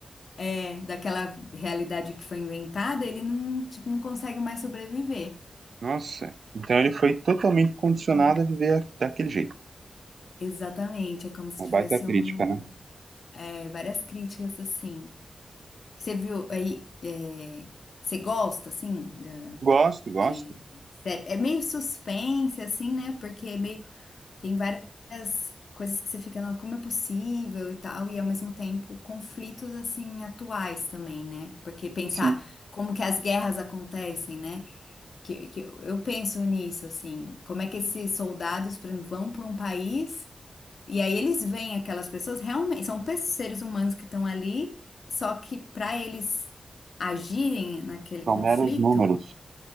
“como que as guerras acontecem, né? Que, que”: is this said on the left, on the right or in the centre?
Left